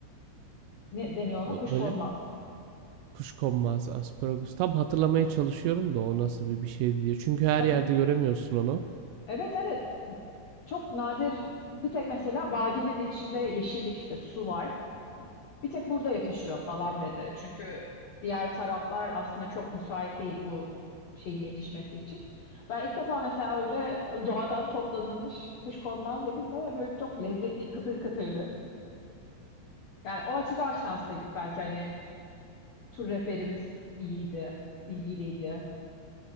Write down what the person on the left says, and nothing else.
Ne deniyor ona?
Kuşkonmaz.
Ya
bu-
evet evet çok nadir bir tek mesela vadinin içinde yeşillik işte su var. Bir tek burada yetişiyor falan dedi. Çünkü diğer taraflar aslında çok müsait değil bu şeyin yetişmesi için. Ben ilk defa mesela öyle doğadan toplanılmış kuşkonmaz yedim ve böyle çok lezzetli kıtır kıtırdı. Yani o açıdan şanslıydık belki hani tur rehberimiz iyiydi, ilgiliydi.